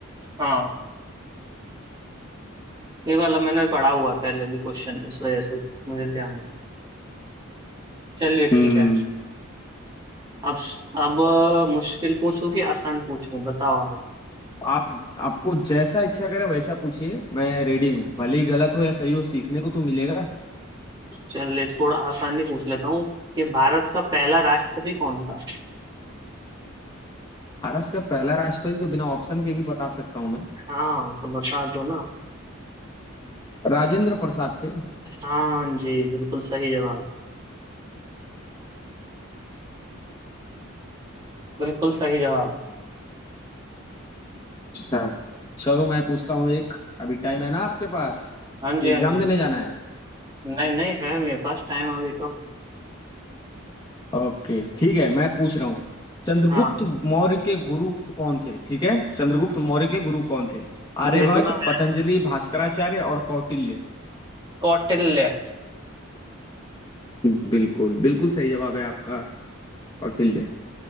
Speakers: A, on the right; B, on the left.
A: हाँ ये वाला मैंने पढ़ा हुआ है पहले भी क्वेश्चन इस वजह से मुझे ध्यान चलिए
B: हम्म
A: ठीक है अब अब अ, मुश्किल पूछूं कि आसान पूछूं बताओ आप
B: आप आपको जैसा इच्छा करे वैसा पूछिए मैं रेडी हूँ भले ही गलत हो या सही हो सीखने को तो मिलेगा
A: चलिए थोड़ा आसान ही पूछ लेता हूँ कि भारत का पहला राष्ट्रपति कौन था
B: भारत का पहला राष्ट्रपति तो बिना ऑप्शन के भी बता सकता हूँ मैं
A: हाँ तो बता दो ना
B: राजेंद्र प्रसाद थे
A: हाँ जी बिल्कुल सही जवाब बिल्कुल सही जवाब
B: अच्छा चलो मैं पूछता हूँ एक अभी टाइम है ना आपके पास
A: हाँ जी
B: एग्जाम
A: हाँ जी
B: देने जाना है
A: नहीं नहीं है मेरे पास टाइम अभी तो
B: ओके ठीक है मैं पूछ रहा हूँ चंद्रगुप्त
A: हाँ
B: मौर्य के गुरु कौन थे ठीक है चंद्रगुप्त मौर्य के गुरु कौन थे आर्यभट्ट
A: ये तो मैं
B: पतंजलि भास्कराचार्य और कौटिल्य
A: कौटिल्य
B: बिल्कुल बिल्कुल सही जवाब है आपका कौटिल्य